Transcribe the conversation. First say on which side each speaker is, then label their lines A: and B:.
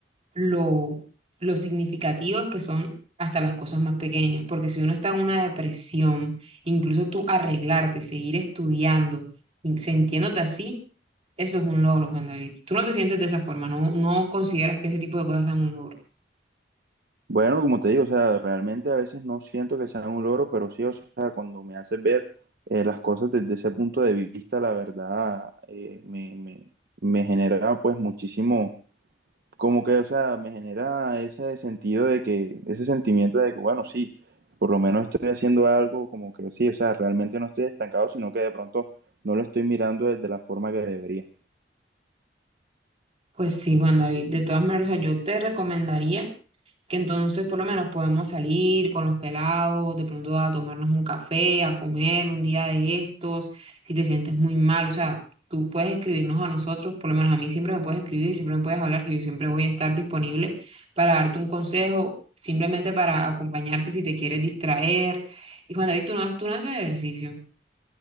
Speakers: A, on the right; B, on the right.
A: lo, lo significativos que son hasta las cosas más pequeñas, porque si uno está en una depresión, incluso tú arreglarte, seguir estudiando, sintiéndote así eso es un logro, Juan David. Tú no te sientes de esa forma, no, no consideras que ese tipo de cosas sean un logro.
B: Bueno, como te digo, o sea, realmente a veces no siento que sea un logro, pero sí, o sea, cuando me haces ver eh, las cosas desde ese punto de vista, la verdad, eh, me, me, me genera pues muchísimo, como que, o sea, me genera ese sentido de que, ese sentimiento de que, bueno, sí, por lo menos estoy haciendo algo, como que sí, o sea, realmente no estoy estancado, sino que de pronto no lo estoy mirando desde la forma que debería.
A: Pues sí, Juan David. De todas maneras, o sea, yo te recomendaría que entonces por lo menos podemos salir con los pelados, de pronto a tomarnos un café, a comer un día de estos, si te sientes muy mal, o sea, tú puedes escribirnos a nosotros, por lo menos a mí siempre me puedes escribir y siempre me puedes hablar, que yo siempre voy a estar disponible para darte un consejo, simplemente para acompañarte si te quieres distraer. Y Juan David, tú no, tú no haces ejercicio.